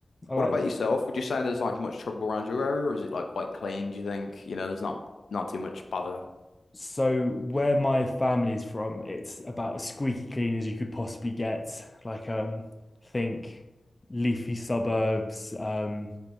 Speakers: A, on the left; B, on the left.
A: I like
B: what about
A: that.
B: yourself? Would you say there's like much trouble around your area, or is it like quite clean, do you think? You know, there's not not too much bother.
A: So where my family is from, it's about as squeaky clean as you could possibly get. Like um, think leafy suburbs, um,